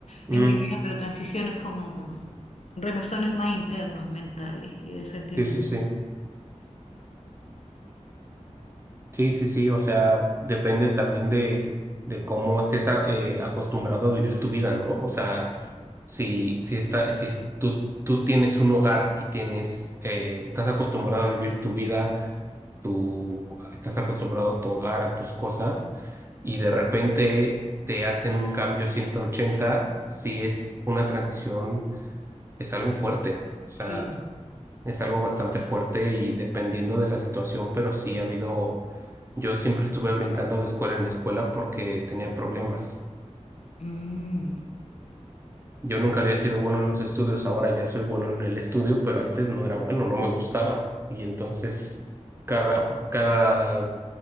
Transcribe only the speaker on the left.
en
mi vida, pero transiciones como remesones más internos, mentales y de sentimientos.
Sí.
Mm,